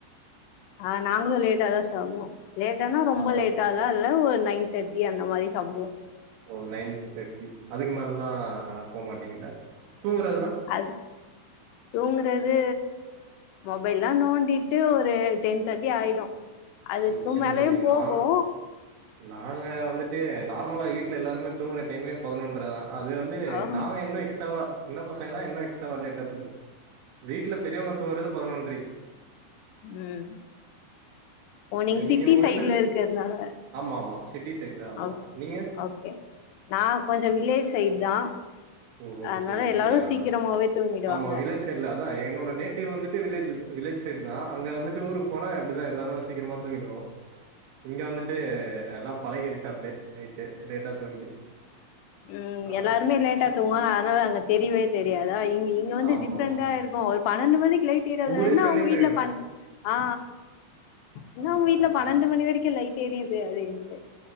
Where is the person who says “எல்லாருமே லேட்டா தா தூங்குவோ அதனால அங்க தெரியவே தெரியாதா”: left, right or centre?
Left